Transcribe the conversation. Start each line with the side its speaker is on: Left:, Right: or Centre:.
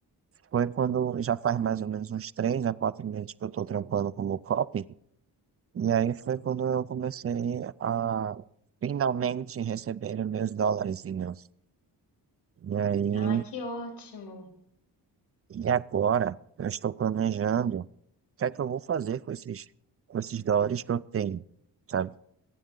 Right: foi quando já faz mais ou menos uns três a quatro meses que eu tô trampando como copy. E aí foi quando eu comecei a finalmente receber os meus dólarzinhos. E aí,
Left: Ah, que ótimo.
Right: e agora eu estou planejando o que é que eu vou fazer com esses, com esses dólares que eu tenho, sabe?